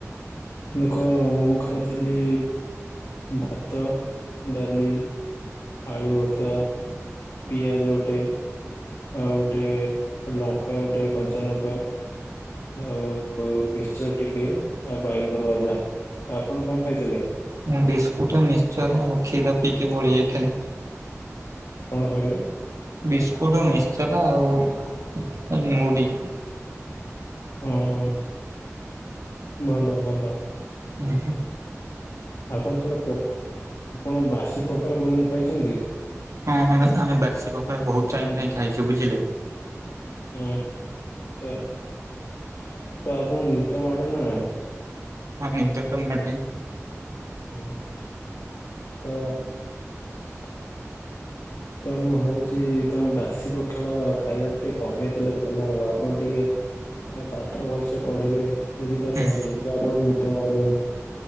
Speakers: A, on the left (about 85°); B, on the right (about 75°).
A: ଦେଖ ମୁଁ ଖାଇଥିଲି ଭାତ ଡାଲି ଆଳୁ ଭର୍ତା ପିଆଜ ଓଟେ। ଆଉ ଗୋଟେ ଲଙ୍କା ଗୋଟେ କଞ୍ଚା ଲଙ୍କା ଆଉ ମିକ୍ସଚର ଟିକେ ଆଉ ବାଇଗଣ ଭଜା ଆଉ ଆପଣ କଣ ଖାଇଥିଲେ?
B: ମୁଁ ବିସ୍କୁଟ ଆ ମିକସଚର ଆଉ କ୍ଷୀର ପିଇକି ପଳେଇ ଆଇଥିଲି
A: କଣ କହିଲେ
B: ବିସ୍କୁଟ ମିକ୍ସର ଆଉ ମୁଢି
A: ହଁ ହଁ ଭଲ ଭଲ
B: ହୁଁଁ ହୁଁ
A: ଆପଣ ସିଆଡେ ପ ଆପଣ ବାସି ପଖାଳ କୋଉଦୁନ ଖାଇଛନ୍ତି।
B: ହଁ ହଁ ଆମେ ବାସି ପଖାଳ ବୋହୁତ୍ ଟାଇମ୍ ରେ ହିଁ ଖାଇଛୁ, ବୁଝିଲେ।
A: ହୁଁ ତ ତ ଆପଣଙ୍କୁ ନିଦ ମାଡେ ନା ନାଇଁ।
B: ହଁ ନିଦ ତ ମାଡେ
A: ହୁଁ ତ ସୁ ତ ମୁଁ ଭାବୁଛି-ଇ- ତମେ ବାସି ପଖାଳ ଖାଇବା ଟା ଟିକେ କମେଇ ଦେଲେ ଭଲ ହବ ଆପଣ ଟିକେ ଏଁ ପାଠ ଭଲ୍ସେ ପଢିବେ, ବୁଝିପାରୁଚନ୍ତି
B: ହୁଁ
A: ଯାଫଳରେ ନିଦ ମାଡିବନି।